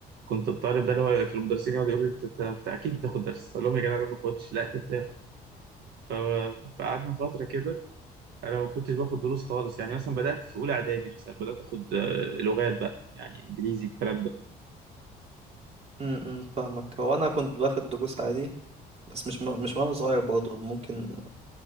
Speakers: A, on the right; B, on the right.
A: كنت الطالب ده اللي هو كان المدرسين يقعدوا يقولوا لي انت انت- انت اكيد بتاخد درس اقول لهم يا جدع انا ما باخدش لا انت بتاخد ف... فقعدنا فتره كده انا ما كنتش باخد دروس خالص يعني مثلا بدات في اولى اعدادي مثلا بدات اخد آه، لغات بقى يعني انجليزي الكلام ده
B: م- م، فاهمك هو أنا كنت باخد دروس عادي بس مش م- مش وأنا صغير برضه ممكن